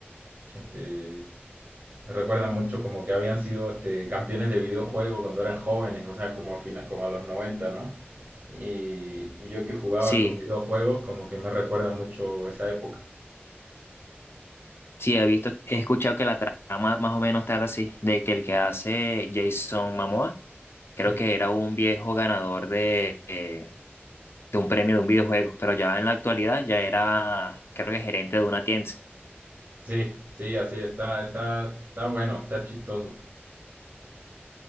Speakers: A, on the right; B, on the left.
A: Este, me recuerdan mucho como que habían sido este, campeones de videojuego cuando eran jóvenes, o sea, como a, fina- como a los noventa ¿no? Y, y yo que jugaba
B: Sí,
A: hartos videojuegos, como que me recuerda mucho esa época.
B: sí, he visto, he escuchado que la trama más o menos trata así, de que el que hace Jason Momoa,
A: Sí,
B: creo que era un viejo ganador de, eh, de un premio de un videojuego, pero ya en la actualidad ya era, creo que gerente de una tienda.
A: sí, sí, así está, está, está bueno, está chistoso.